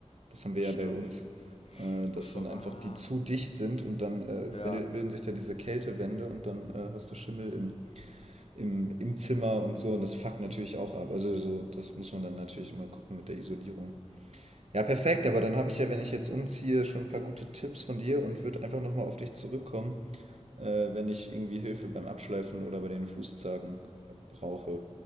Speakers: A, on the right; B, on the left.
A: Das haben wir
B: Das
A: ja
B: stimmt.
A: bei uns. Äh, dass
B: Ach so,
A: dann einfach
B: ah.
A: die zu dicht sind und dann äh,
B: Ja,
A: bil- bilden sich da diese Kältewände und dann äh, hast du Schimmel im, im, im Zimmer und so und das fuckt natürlich auch ab. Also so, das muss man dann natürlich immer gucken mit der Isolierung. Ja, perfekt, aber dann habe ich ja, wenn ich jetzt umziehe, schon ein paar gute Tipps von dir und würde einfach nochmal auf dich zurückkommen, äh, wenn ich irgendwie Hilfe beim Abschleifen oder bei den Fußzagen äh, brauche.